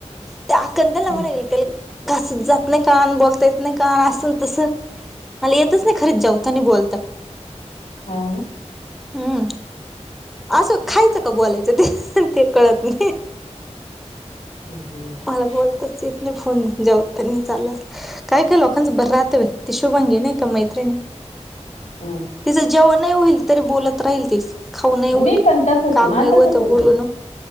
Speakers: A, in the centre; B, on the left.
A: त्या आक त्याला
B: हम्म,
A: म्हणा गेल त्याला घासत जात नाही का बोलता येत नाही का अस ना तस. मला येतच नाही खर जावतांनी बोलता.
B: हम.
A: हम असं खायचं का बोलायचं ते. ते कळत नाही.
B: हम हम हम हम.
A: मला बोलताच येत नाही फोन जेवतांनी चालत काही काही लोकांचं बरं राहत बाई ते शुभांगीे नाही मैत्रिणी
B: हम्म.
A: तिचं जेवण नाही होईल तरी बोलत राहील ती खाऊनही होईल
B: मी पण तसंच
A: कामही
B: आहे माझं
A: होते
B: तसंच
A: बोलून
B: आहे